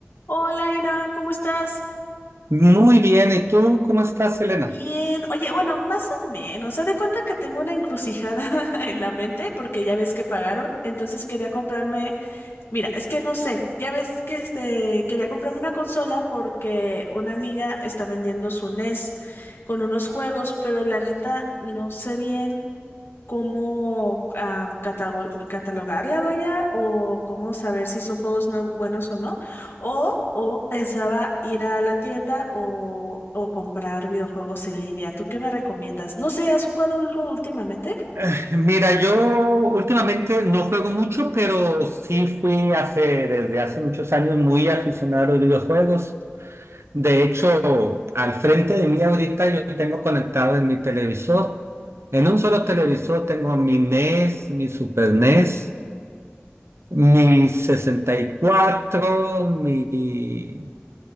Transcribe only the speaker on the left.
Hola, Irán, ¿cómo estás?
Bien. Oye, bueno, más o menos. Haz de cuenta que tengo una encrucijada <laughs> en la mente porque ya ves que pagaron, entonces quería comprarme. Mira, es que no sé. Ya ves que este, quería comprarme una consola porque una amiga está vendiendo su NES con unos juegos, pero la neta no sé bien. cómo ah, catago- catalogarla, vaya, o cómo saber si son juegos no buenos o no. O, o pensaba ir a la tienda o, o comprar videojuegos en línea. ¿Tú qué me recomiendas? No sé, ¿has jugado algo últimamente?